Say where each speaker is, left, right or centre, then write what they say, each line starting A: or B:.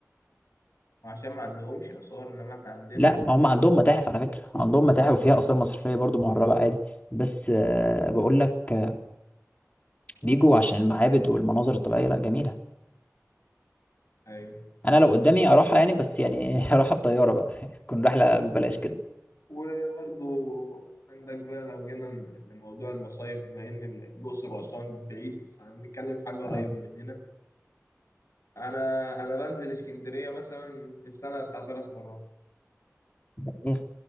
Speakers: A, on the left (about 75°); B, on the left (about 30°).
A: وعشان ما عندهمش آثار إنما إحنا عندنا
B: لا ما هم عندهم متاحف على فكرة عندهم متاحف وفيها آثار مصرية برضو مهربة عادي بس آه، بقول لك آه، بيجوا عشان المعابد والمناظر الطبيعية لا جميلة
A: ايوه
B: أنا لو قدامي أروحها يعني بس يعني <laughs> أروحها في طيارة بقى <laughs> تكون رحلة ببلاش كده
A: وبرضو عندك بقى لو جينا لموضوع المصايف بما ان الاقصر واسوان بعيد فهنتكلم في حاجه قريبه
B: أيوة،
A: مننا انا انا بنزل اسكندريه مثلا في السنه بتاع ثلاث مرات
B: جميل